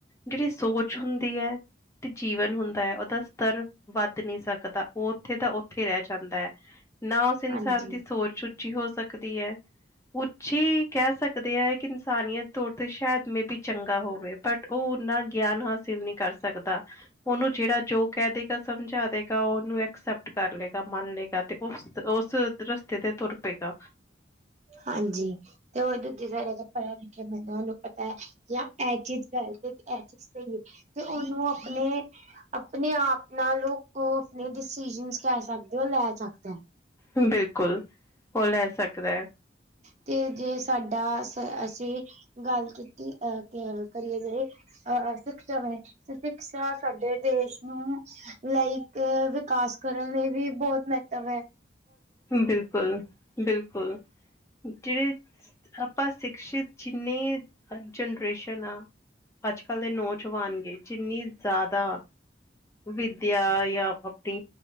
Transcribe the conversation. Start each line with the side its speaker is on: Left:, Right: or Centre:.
Left: ਜੇੜੀ ਸੋਚ ਹੁੰਦੀ ਐ, ਤੇ ਜੀਵਨ ਹੁੰਦਾ ਐ ਓਦਾ ਸਤ੍ਰ। ਵੱਧ ਨਈ ਸਕਦਾ, ਓਥੇ ਦਾ ਓਥੇ ਰੈਹ ਜਾਂਦੈ। ਨਾ ਓਸ ਇਨਸਾਨ
Right: ਹਾਂਜੀ
Left: ਦੀ ਸੋਚ ਉੱਚੀ ਹੋ ਸਕਦੀ ਐ। ਉੱਚੀ ਕੇਹ ਸ ਸਕਦੇ ਐ ਕਿ, ਇਨਸਾਨੀਅਤ ਤੌਰ ਤੇ ਸ਼ਾਏਦ ਮੇ ਬੀ ਚੰਗਾ ਹੋਵੇ। ਬਟ ਓ ਓਨਾ ਗੇਆਨ ਹਾ ਹਾਸਿਲ ਨਈਂ ਕਰ ਸਕਦਾ। ਓਨੂੰ ਜੇੜਾ, ਜੋ ਕੇਹ ਦੇਗਾ ਸਮਝਾ ਦੇਗਾ, ਓਨੂੰ ਐਕਸੈਪਟ ਕਰ ਲਏਗਾ, ਮੰਨ ਲਏ ਤੇ, ਓਸ-ਓਸ ਰਸਤੇ ਤੇ ਤੁਰ ਪਏਗਾ।
Right: ਹਾਂਜੀ। ਤੇ ਓ ਦੂਜੇ ਸਾਈਡ, ਜੇੜਾ ਪੜੇਆ-ਲਿਖੇਆ ਬੰਦਾ ਓਨੂੰ ਪਤਾ ਕਿ ਐ ਚੀਜ ਗਲਤ ਤੇ ਐ ਸਈ ਏ, ਤੇ ਓਨੂੰ ਆਪਨੇ। ਆਪਨੇ ਆਪ ਨਾਲ ਲੋਕ ਆਪਣੇ ਡਿਸੀਜਨਸ ਕੇਹ ਸਕਦੇ ਓ ਲੈ ਸਕਦੈ।
Left: ਬਿਲਕੁਲ ਓ ਲੈ ਸਕਦਾ ਹੈ
Right: ਤੇ ਜੇ, ਸਾਡਾ ਅ ਅਸੀ ਗੱਲ ਕੀਤੀ, ਅਹ ਕਰੀਏ ਜੇ ਅਹ ਸਿਕਸ਼ਾ ਵੇ, ਤੇ ਸਿਕਸ਼ਾ ਸਾਡੇ ਦੇਸ਼ ਨੂੰ ਲਾਈਕ ਵਿਕਾਸ ਕਰਨ ਲਈ ਵੀ ਬੌਤ ਮਹੱਤਵ ਐ।
Left: ਬਿਲਕੁਲ- ਬਿਲਕੁਲ, ਕੇਹੜੇ ਆਪਾਂ ਸਿਕਸ਼ਿਤ ਜਿੰਨੀ ਜਨਰੇਸ਼ਨ ਆਂ ਅੱਜ-ਕੱਲ ਦੇ, ਨੌਜਵਾਨ ਗੇ ਜਿੰਨੀ ਜਾਦਾ ਵਿਦੇਆ ਯਾ ਆਪਣੀ